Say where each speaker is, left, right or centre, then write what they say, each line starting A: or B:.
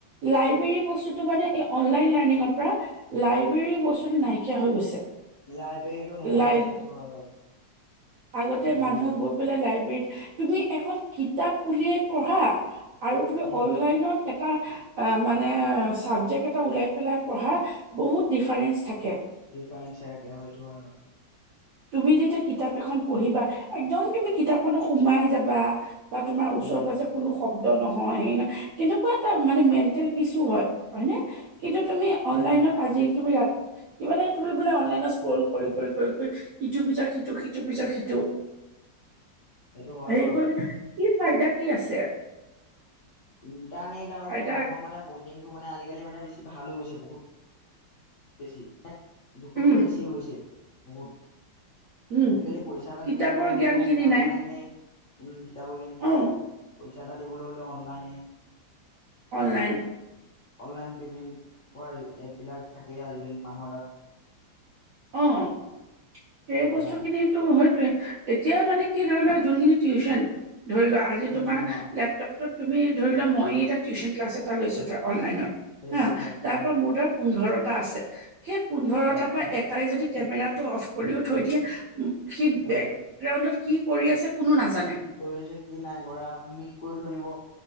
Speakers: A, on the right; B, on the left.
A: লাইব্ৰেৰী বস্তুটো মানে এই অনলাইন লাৰ্ণিঙৰ পৰা লাই ব্ৰেৰী বস্তুটো নাইকিয়া হৈ গৈছে।
B: লাইব্ৰেৰীটো নোহোৱা
A: লাই
B: হৈ গৈছে এইটো হয় বাৰু।
A: আগতে
B: আজিকালি
A: মানুহ গৈ পেলাই লাইব্ৰেৰীত, তুমি এখন কিতাপ উলিয়াই পঢ়া আৰু তুমি
B: উম
A: অনলাইনত এত এটা আ মানে চাবজেক্ট এটা ওলাই পেলাই পঢ়া বহুত ডিফাৰেন্ঞ্চ থাকে।
B: ডিফাৰেঞ্চে চাহেকে হয় এইটো হয় বাৰু।
A: তুমি যেতিয়া কিতাপ এখন পঢ়িবা একদম তুমি কিতাপখনত সোমাই যাবা বা তোমাৰ
B: সেইটোৱে
A: ওচৰ পাজে কোনো শব্দ নহয় হে নহয় তেনকুৱা এটা মানে মেণ্টেল পিচো হয়। হয়নে? কিন্তু তুমি অনলাইনত
B: উম
A: আজি তুমি ৰা কিবা এটা তুমি বোলে অনলাইনত স্কল কৰি কৰি কৰি কৰি ইটো পিছত সিটো সিটো পিছত সিটো
B: সেইটো হয়
A: সেইবোৰ
B: বাৰু
A: কি ফাইদা কি আছে?
B: ইণ্টাৰনেট আৰু
A: ফাইদা
B: মানে মানুহৰ মানে বণ্ডিংটো মানে আজিকালি মানে বেছি ভাল হৈ গৈছে বহুত বেছি, জুখতকৈ
A: উম
B: বেছি হৈ গৈছে বহুত।
A: উম
B: আজিকালি পইচা এটা
A: কিতাপৰ
B: দিবলৈ হলেও
A: জ্ঞান খিনি
B: মানে অনলাইনে।
A: নাই
B: উম কিতাপৰ জ্ঞানখিনি
A: অ
B: নাই, পইচা এটা দিবলৈ হলেও অনলাইনেই।
A: অনলাইন
B: বা অনলাইন পেমেণ্ট কৰা এপবিলাক থাকেই আজিকালি মানুহৰ তাত
A: অঁ সেই
B: সেইটো
A: বস্তুখিনিত
B: কাৰণে
A: টো হয়তোৱে, এতিয়া মানে কি ধৰি লোৱা যোনখিনি টিউচন, ধৰি লোৱা আজি
B: টিউচন
A: তোমাৰ
B: অ
A: লেপ তাৰপিছত তুমি ধৰি লোৱা মইয়ে এটা টিউচন ক্লাছ এটা লৈছো ধৰা অনলাইনত
B: সেইটোৱে
A: হা,
B: হয়
A: তাৰ
B: হয়
A: পৰা মোৰ ধৰা পোন্ধৰটা আছে, সেই পোন্ধৰটাৰ
B: হয়
A: পৰা এটাই যদি কেমেৰাটো অফ কৰিও থৈ দিয়ে সি
B: সেইটোৱে
A: বেকগ্ৰাউণ্ডত কি কৰি আছে কোনো নাজানে।
B: কি কৰি আছে কি নাই কৰা, মিউত কৰি থৈ দিব